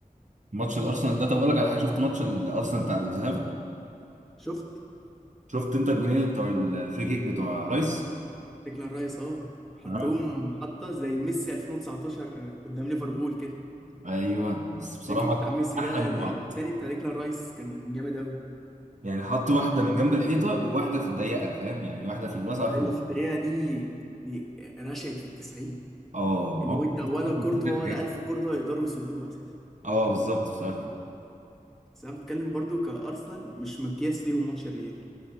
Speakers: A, on the right; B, in the centre.
A: ماتش الارسنال ده طب اقول لك على حاجة شفت ماتش الارسنال بتاع الذهاب
B: شفت
A: شفت انت الجونين بتوع الفري كيك بتوع رايس
B: ديكلان رايس اه حطهم
A: نعم.
B: حطه زي ميسي 2019 قدام ليفربول كده
A: ايوه بس بصراحه
B: الفريك بتاع ميسي
A: احلى
B: ده
A: من
B: التاني
A: بعض
B: بتاع ديكلان رايس كان جامد قوي
A: يعني حط واحده من جنب الحيطه وواحده في الضيقه فاهم يعني واحده في الوسط واحده
B: اللي
A: في الضيقه
B: في الدقيقه دي دي رشقت في التسعين
A: اه
B: اللي
A: عمرك
B: هو انت ولا
A: ما شفت كده
B: كورتوا
A: موجود كده في
B: ولا
A: حياتي
B: الف كورتوا يقدروا يصدوها اساسا
A: اه بالظبط بصراحه
B: بس انا بتكلم برضو كارسنال مش مقياس ليهم ماتش الريال